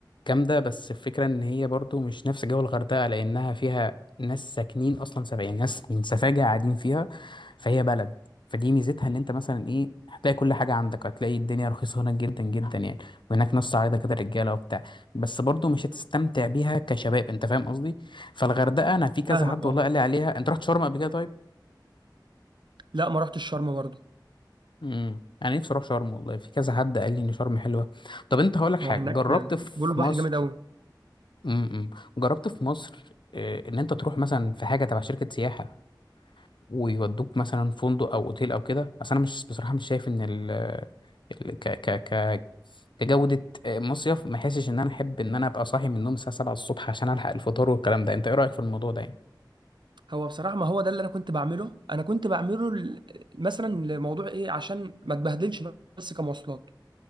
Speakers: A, on the left (about 85°); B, on the right (about 75°).
A: جامدة بس الفكرة ان هي برضو مش نفس جو الغردقة لأنها فيها ناس ساكنين أصلا سبع يعني ناس من سفاجة قاعدين فيها فهي بلد فدي ميزتها ان انت مثلا ايه هتلاقي كل حاجة عندك هتلاقي الدنيا رخيصة هناك جدا جدا يعني وهناك ناس صعيدة كده رجالة وبتاع بس برضو مش هتستمتع بيها كشباب انت فاهم قصدي فالغردقة انا في كذا
B: فاهمك
A: حد
B: اه
A: والله قال لي عليها انت رحت شرم قبل كده طيب
B: لا ما رحتش الشرم برضه
A: امم انا نفسي اروح شرم والله في كذا حد قال لي ان شرم حلوه طب انت هقول لك حاجه
B: هو هناك
A: جربت
B: بيقولوا
A: في
B: البحر
A: مصر
B: جامد قوي
A: امم امم، جربت في مصر آه، ان انت تروح مثلا في حاجه تبع شركه سياحه ويودوك مثلا فندق او اوتيل او كده اصل انا مش بصراحه مش شايف ان ال ال- ك ك ك كجوده آه، مصيف ما حاسش ان انا احب ان انا ابقى صاحي من النوم الساعه 7 الصبح عشان الحق الفطار والكلام ده انت ايه رايك في الموضوع ده يعني
B: هو بصراحة ما هو ده اللي انا كنت بعمله انا كنت بعمله ل- مثلا لموضوع ايه عشان ما تبهدلش بس كمواصلات